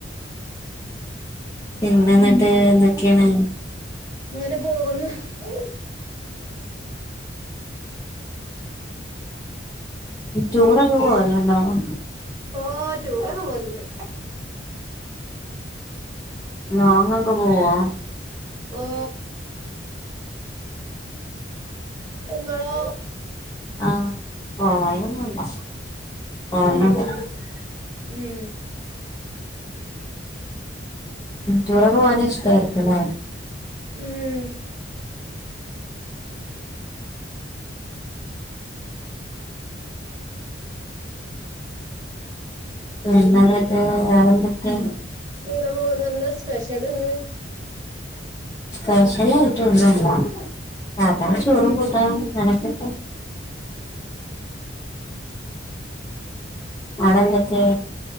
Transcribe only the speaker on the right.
ഇങ്ങനെ പോകുന്നു ഉം
ഓ ടൂറൊക്കെ പോലുണ്ട്
ഓ നിങ്ങളോ
ഉം ഉം
ഉം
ഇങ്ങനെ പോകുന്ന എന്താ സ്പെഷ്യൽഇന്ന്
ഉം